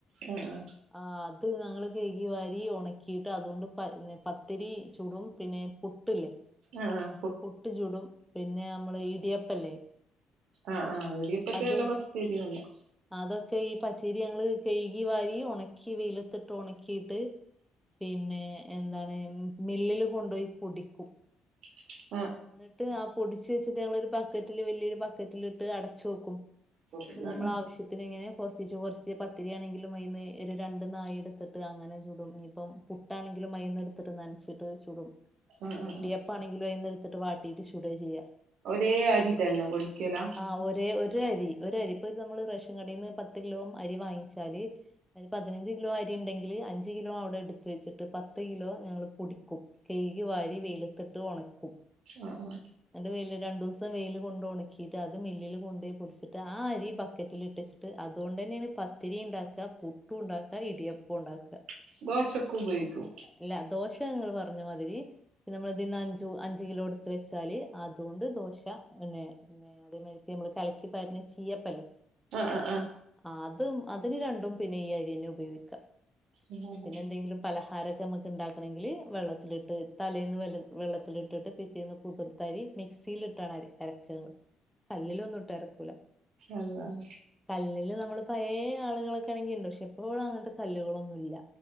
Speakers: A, on the right; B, in the centre.
A: ആഹ് ആഹ്
B: ആഹ് അത് ഞങ്ങള് കൈകി വാരി ഒണക്കിയിട്ട് അതുകൊണ്ട് പത്തരി ചൂടും പിന്നെ പു ട്ടില്ലേ
A: ആഹ് ആഹ്
B: പുട്ട് ചൂടും പിന്നെ നമ്മള് ഇടിയപ്പല്ലേ
A: ആഹ് ആഹ് ഇടിയപ്പത്തിന്
B: അത്
A: നല്ലെ പച്ചരിയാ നല്ലെ
B: അതൊക്കെ ഈ പച്ചേരി ഞങ്ങള് കഴുകി വാരി ഉണക്കി വെയിലത്തിട്ട് ഉണക്കിയിട്ട് പിന്നെ എന്താണ് മില്ലില് കൊണ്ടുപോയി പൊടിക്കും
A: <inaudible>
B: എന്നിട്ട് ആഹ് പൊടിച്ച് വച്ചത് ഞങ്ങളൊരു ബക്കറ്റില് വലിയൊരു ബക്കറ്റിലിട്ട് അടച്ചു വക്കും
A: ആഹ്
B: എന്നിട്ട് നമ്മൾ
A: ആഹ്
B: ആവശ്യത്തിന് ഇങ്ങനെ കുറച്ച് കുറച്ച് പത്തിരിയാണെങ്കിലും അതീന്ന് ഒരു രണ്ട് നായി എടുത്തിട്ട് അങ്ങനെ ചുടും ഇനിയിപ്പം പുട്ടാണെങ്കിലും മൈന്ന് എടുത്തിട്ട് നനച്ചിട്ട് ചുടും
A: ആഹ്
B: ഇനി
A: ആഹ്
B: ഇടിയപ്പം
A: ആഹ്
B: ആണെങ്കിലും അതീന്ന് എടുത്തിട്ട് വാട്ടീട്ട് ചുടുവാ ചെയ്യാ
A: ഒരേ അരി തന്നെ പൊളിക്കലാ
B: ആഹ് ഒരേ ഒരു അരി ഒരു അരി ഇപ്പൊ ഇത് നമ്മള് റേഷൻ കടയിൽന്ന് പത്ത് കിലോ അരി വാങ്ങിച്ചാല് അതിന് പതിനഞ്ച് കിലോ അരി ഉണ്ടെങ്കില് അഞ്ച് കിലോ അവിടെ എടുത്ത് വെച്ചിട്ട് പത്ത് കിലോ ഞങ്ങള് പൊടിക്കും കൈകി വാരി വെയിലത്തിട്ട് ഉണക്കും
A: ആഹ് ആഹ്
B: എന്നിട്ട് വെയില് രണ്ടു ദിവസം വെയില് കൊണ്ട് ഉണക്കീട്ട് അത് മില്ലില് കൊണ്ട് പോയി പൊടിച്ചിട്ട് ആഹ് അരി ബക്കറ്റിൽ ഇട്ട് ട്ട് അതുകൊണ്ട് തന്നെയാണ് പത്തിരി ഉണ്ടാക്കുക പുട്ടും ഉണ്ടാക്കുക ഇടിയപ്പം ഉണ്ടാക്കുക
A: <unintelligible> ഉപയോഗിക്കും
B: ഇല്ല ദോശ നിങ്ങൾ പറഞ്ഞ മാതിരി പിന്നെ നമ്മളിതിന്ന് അഞ്ചു അഞ്ച് കിലോ എടുത്ത് വെച്ചാല് അതുകൊണ്ട് ദോശ തന്നെ? ആഹ് അതേമാതിരിക്ക് നമ്മള് കലക്കിപാരിണ ചീയപ്പല്ലേ?
A: അഹ് അഹ് ആഹ്
B: ആഹ് അതും അതിന് രണ്ടും പിന്നെ ഈ അരിയന്നെ ഉപയോഗിക്കാ
A: ആഹ് ആഹ്
B: പിന്നെ എന്തെങ്കിലും പലഹാ അതമ്മക്ക് ഇണ്ടാക്കണങ്കില് വെള്ളത്തിലിട്ട് തലേന്ന് വെള്ളത്തി വെള്ളത്തിലിട്ടിട്ട് പിറ്റേന്ന് കു തിർത്തരി മിക്സീലിട്ടാണ് അരി അരക്കാങ്ങള് കല്ലിലൊന്നും ഇട്ട് അരക്കൂ
A: അതെതെ
B: കല്ലില് നമ്മള് പഴേ ആള്കളൊക്കാണെങ്കി ഇണ്ട് പക്ഷെ ഇപ്പൊബടെ അങ്ങൻത്തെ കല്ലുകളൊന്നൂല്ല.